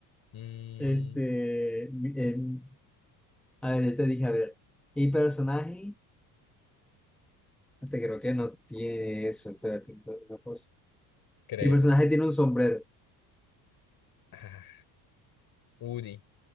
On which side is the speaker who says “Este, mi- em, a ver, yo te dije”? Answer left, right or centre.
Centre